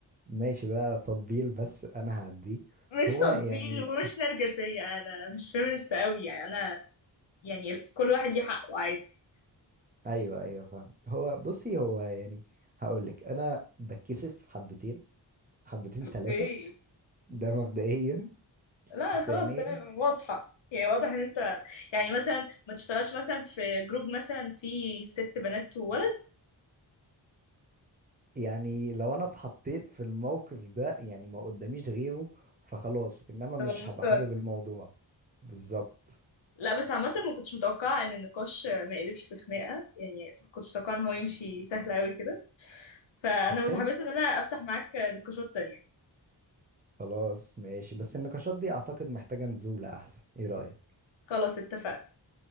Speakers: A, on the right (about 20°); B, on the left (about 80°).
A: ماشي ده تطبيل بس انا هعديه
B: <laughs> مش
A: هو
B: تطبيل
A: يعني
B: ومش نرجسية انا مش فيمينست قوي يعني انا يعني ال- كل واحد ليه حقه عادي
A: ايوه ايوه فاهم هو بصي هو يعني هقول لك انا بتكسف حبتين حبتين
B: اوكي
A: ثلاثة ده مبدئيا
B: لا
A: ثانيا
B: خلاص تمام واضحة يعني واضح ان انت يعني مثلا ما تشتغلش مثلا في جروب مثلا فيه ست بنات وولد
A: يعني لو انا اتحطيت في الموقف ده يعني ما قداميش غيره فخلاص انما
B: تبقى
A: مش
B: مضطر
A: هبقى حابب الموضوع بالظبط
B: لا بس عامة ما كنتش متوقعة ان النقاش ما يقلبش بخناقة يعني كنت متوقعة ان هو يمشي سهل قوي كده فانا
A: طب
B: متحمسه
A: حلو
B: ان انا افتح معاك نقاشات تانية
A: خلاص ماشي بس النقاشات دي اعتقد محتاجة نزولة احسن ايه رأيك
B: خلاص اتفقنا